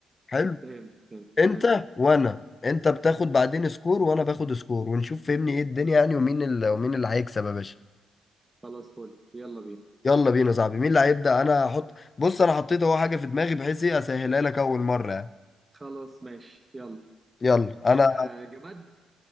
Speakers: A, on the left; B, on the right.
A: حلو
B: فهمت فهمت
A: انت
B: حلو
A: وانا انت بتاخد بعدين سكور وانا باخد سكور ونشوف فهمني ايه الدنيا يعني ومين اللي ومين اللي هيكسب يا باشا
B: خلاص فل يلا بينا
A: يلا بينا يا صاحبي مين اللي هيبدأ انا هحط بص انا حطيت اهو حاجة في دماغي بحيث ايه اسهلها لك اول مرة يعني
B: خلاص ماشي يلا
A: يلا انا
B: آه جماد